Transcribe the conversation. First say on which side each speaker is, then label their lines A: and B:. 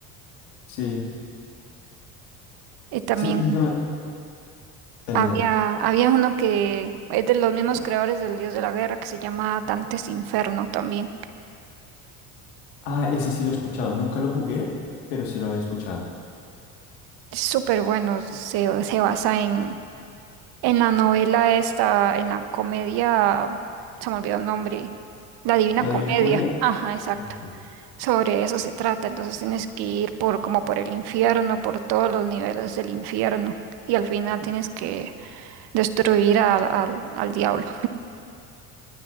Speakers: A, on the left; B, on the right.
A: Sí.
B: Y también
A: Sí, y yo- dale,
B: había,
A: dale.
B: había uno que es de los mismos creadores del Dios de la Guerra que se llama Dantes Inferno también.
A: Ah, ese sí lo he escuchado. Nunca lo jugué, pero sí lo había escuchado.
B: Es súper bueno, se, se basa en, en la novela esta, en la comedia, se me olvidó el nombre, La Divina
A: ¿La
B: Comedia.
A: Divina Comedia?
B: Ajá, exacto.
A: Ah, Ok.
B: Sobre eso se trata, entonces tienes que ir por como por el infierno, por todos los niveles del infierno y al final tienes que destruir al al- al diablo.